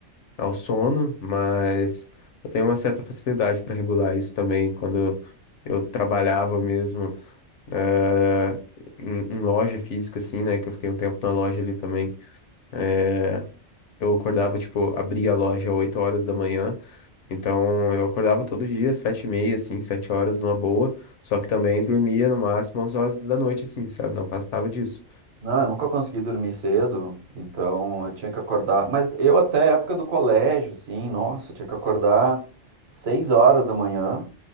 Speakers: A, on the left; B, on the right.
A: ao sono, mas eu tenho uma certa facilidade para regular isso também. Quando eu trabalhava mesmo, eh, em, em loja física, assim, né? Que eu fiquei um tempo na loja ali também. É, eu acordava, tipo, abria a loja às 8 horas da manhã. Então eu acordava todo dia, sete e meia, assim, sete horas numa boa. Só que também dormia no máximo às horas da noite, assim, sabe? Não passava disso.
B: Não, eu nunca consegui dormir cedo, então eu tinha que acordar. Mas eu até época do colégio, sim, nossa, eu tinha que acordar seis horas da manhã